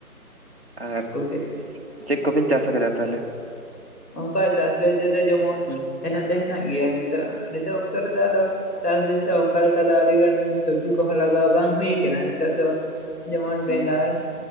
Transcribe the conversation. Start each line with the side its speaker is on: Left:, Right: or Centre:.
Right: ᱟᱨ
Left: ᱜᱚᱝᱠᱮ
Right: ᱪᱮᱫ ᱠᱚᱵᱤᱱ ᱪᱟᱥ ᱟᱠᱟᱫᱟ ᱛᱟᱦᱚᱞᱮ
Left: ᱚᱱᱠᱟ ᱪᱟᱥ ᱞᱟᱹᱭ ᱛᱮᱫᱚ ᱡᱮᱢᱚᱱ
Right: ᱦᱩᱸ
Left: ᱦᱮᱱᱟᱜ ᱫᱚ ᱦᱮᱱᱟᱜ ᱜᱮᱭᱟ ᱱᱤᱛᱚᱜ ᱱᱤᱛᱚᱜ ᱚᱠᱛᱚ ᱨᱮᱫᱚ ᱟᱫᱚ ᱪᱟᱥ ᱫᱤᱱ ᱛᱚ ᱚᱱᱠᱟ ᱞᱮᱠᱟ ᱫᱚ ᱟᱹᱰᱤ ᱜᱟᱱ ᱥᱚᱵᱽᱡᱤ ᱠᱚᱦᱚᱸ ᱞᱟᱜᱟᱣ ᱵᱟᱝ ᱦᱩᱭ ᱠᱟᱱᱟ ᱱᱤᱛᱚᱜ ᱫᱚ ᱡᱮᱢᱚᱱ ᱵᱮᱸᱜᱟᱲ
Right: ᱦᱩᱸ